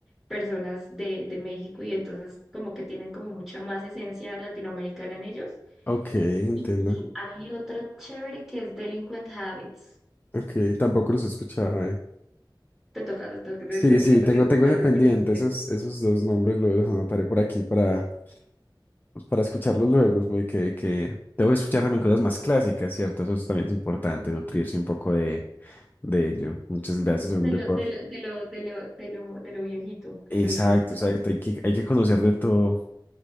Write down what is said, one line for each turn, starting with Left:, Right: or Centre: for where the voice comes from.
Centre: personas de, de México y entonces como que tienen como mucha más esencia latinoamericana en ellos.
Left: ok, entiendo.
Centre: Y hay otro chévere que es Delinquent Habits.
Left: Ok, tampoco los he escuchado, eh.
Centre: Te toca, te toca, te,
Left: Sí,
Centre: te-
Left: sí,
Centre: te toca
Left: tengo,
Centre: escuchar
Left: tengo ese pendiente,
Centre: Delinquent
Left: esos,
Centre: Habits.
Left: esos dos nombres lo- los anotaré por aquí para, pues, para escucharlos luego, güey, que, que tengo que escuchar también cosas más clásicas, ¿cierto? Eso es- también es importante, nutrirse un poco de, de ello. Muchas gracias, hombre,
Centre: De lo,
Left: por...
Centre: de lo, de lo, de lo, de lo, de lo viejito,
Left: Exacto,
Centre: de lo vieja escuela.
Left: exacto, hay que, hay que conocer de todo.